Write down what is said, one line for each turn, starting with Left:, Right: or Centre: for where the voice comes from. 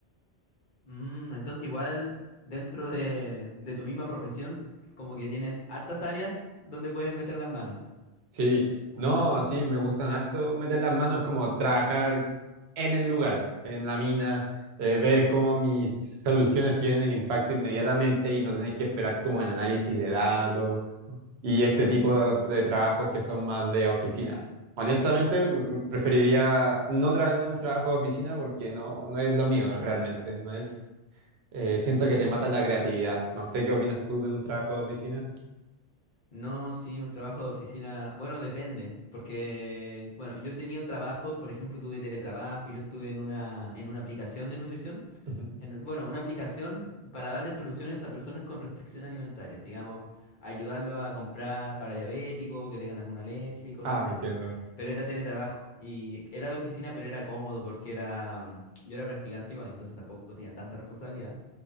Left: Mm, entonces igual dentro de, de tu misma profesión, como que tienes hartas áreas donde puedes meter las manos.
Right: Sí, no, sí, me gustan harto meter las manos como trabajar en el lugar, en la mina, eh, ver cómo mis soluciones tienen el impacto inmediatamente y no tener que esperar como el análisis de datos y este tipo de, de trabajos que son más de oficina. Honestamente, m- preferiría no tener un trabajo de oficina porque no, no es lo mío realmente, no es, eh, siento que te mata la creatividad. No sé qué opinas tú de un trabajo de oficina.
Left: No, sí, un trabajo de oficina, bueno, depende, porque, bueno, yo he tenido trabajos, por ejemplo, tuve teletrabajo, yo estuve en una, en una aplicación de nutrición,
Right: Ujú.
Left: en- bueno, una aplicación para darle soluciones a personas con restricción alimentaria, digamos, ayudarlo a comprar para diabéticos, que tengan alguna alergia y cosas
Right: Ah,
Left: así.
Right: entiendo.
Left: Pero era teletrabajo y era de oficina, pero era cómodo porque era, yo era practicante igual, entonces tampoco tenía tanta responsabilidad